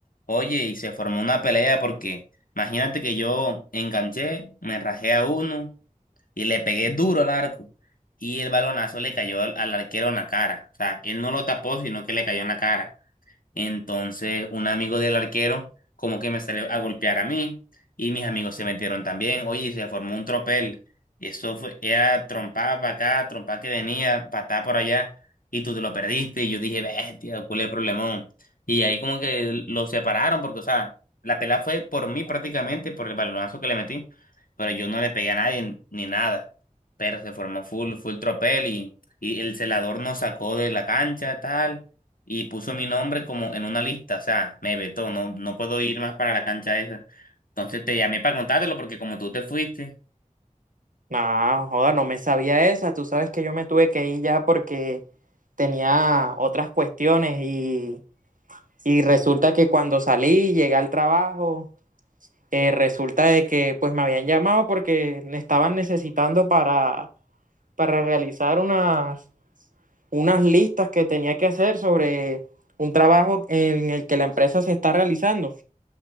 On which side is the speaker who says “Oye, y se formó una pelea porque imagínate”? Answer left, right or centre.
Left